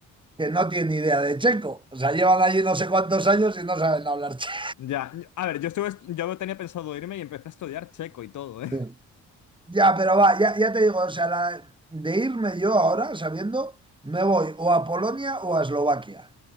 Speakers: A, on the right (about 15°); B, on the left (about 75°).
A: que no tiene ni idea de checo. O sea, llevan allí no sé cuántos años y no saben hablar checo.
B: Ya, a ver, yo estuve, yo tenía pensado irme y empecé a estudiar checo y todo, ¿eh?
A: Sí. Ya, pero va, ya, ya te digo, o sea, la- de irme yo ahora, sabiendo, me voy o a Polonia o a Eslovaquia.